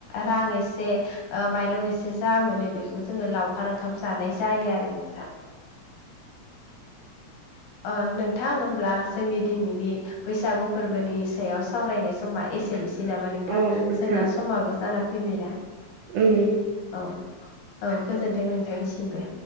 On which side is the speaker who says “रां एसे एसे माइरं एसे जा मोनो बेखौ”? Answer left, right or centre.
Left